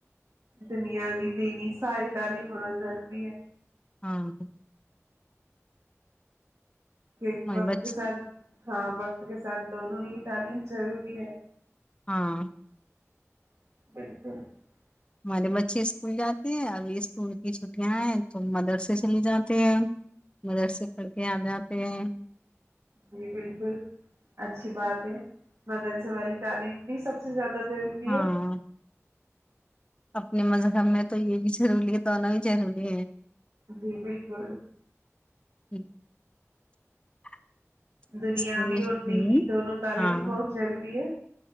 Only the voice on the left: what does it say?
ہاں
بچ
ہاں
<unintelligible> اچھے اسکول جاتے ہیں اب اسکول کی چھٹیاں ہیں تو مدرسے چلے جاتے ہیں مدرسے پڑھ کے آ جاتے ہیں
ہاں
اپنے مذہب میں تو یہ بھی ضروری ہے دونوں ہی ضروری ہیں
<inaudible>
اسکول
ہوں
ہاں